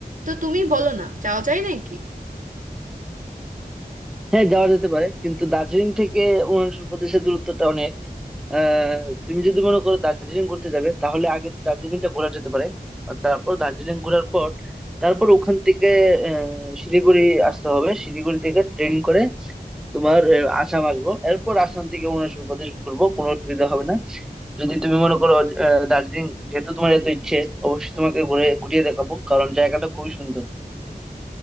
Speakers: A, on the right; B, in the centre.
A: তো তুমি বলো না যাওয়া যায় নাকি
B: হ্যাঁ যাওয়া যেতে পারে কিন্তু দার্জিলিং থেকে অরুণাচল প্রদেশের দূরত্বটা অনেক আহ তুমি যদি মনে করো দার্জিলিং ঘুরতে যাবে তাহলে আগে দার্জিলিংটা ঘোরা যেতে পারে আর তারপর দার্জিলিং ঘোরার পর তারপর ওখান থেকে আহ, শিলিগুড়ি আসতে হবে শিলিগুড়ি থেকে ট্রেন করে তোমার আহ, আসাম আসবো এরপর আসাম থেকে অরুণাচল প্রদেশ ঘুরবো কোনো অসুবিধা হবে না যদি তুমি মনে করো আহ, দার্জিলিং যেহেতু তোমার এত ইচ্ছে অবশ্যই তোমাকে ঘুরে ঘুরিয়ে দেখাবো কারণ জায়গাটা খুবই সুন্দর